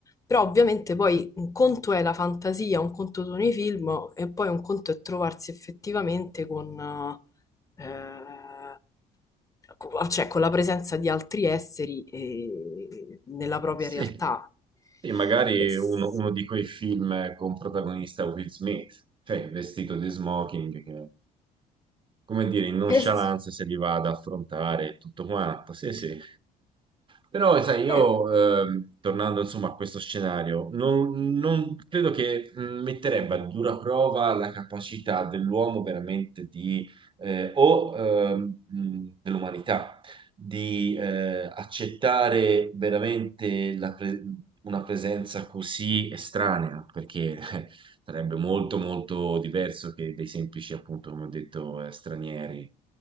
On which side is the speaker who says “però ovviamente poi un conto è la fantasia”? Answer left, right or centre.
Left